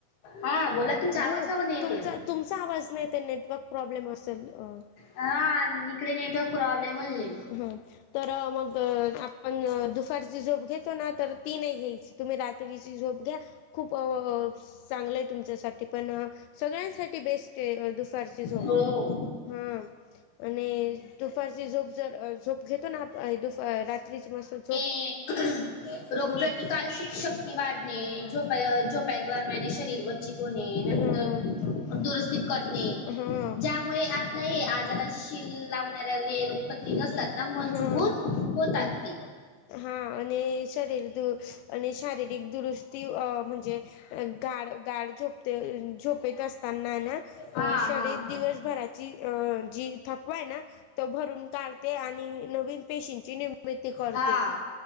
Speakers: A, on the left; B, on the left.
A: हा बोला तुमचा
B: हा...
A: आवाज का पण येते
B: तुमचा, तुमचा आवाज नाई येत.. नेटवर्क प्रॉब्लेम असल... अ
A: हा इकडे नेटवर्क प्रॉब्लेमच आहे
B: <unintelligible> हा.. तर मग पण दुफारची झोप घेतो ना तर ती नाई घ्यायची... तुम्ही रात्रीची झोप घ्या, खूप चांगलं ए तुमच्यासाठी पण सगळ्यांसाठी बेस्ट ए... दुफारची झोप...
A: हो
B: हा आणि दुफारची झोप जर... झोप घेतो ना आप... दुफ... रात्रीची मस्त झोप
A: रोग
B: हां
A: प्रतिकारक शक्ती वाढणे.. झोप. झोपने <unintelligible> <unintelligible> नंतर
B: हां
A: दुरुस्तीत करणे.
B: हां
A: ज्या मुळे आपल्या हे आजार <unintelligible> लावणाऱ्या <unintelligible> सता मजबूर
B: हां
A: होतात
B: हां
A: ते
B: हा... आणि शरीर दू... आणि शारीरिक दुरुस्ती... अ म्हणजे अ गाड गाड झोपते... झोपेत असताना ना
A: हा
B: अ...
A: हा
B: शरीर दिवसभराची...
A: हा
B: अ... जी... थकवा ए ना... तो भरून काढ ते आणि नवीन पेशींची निर्मिती करते...
A: हा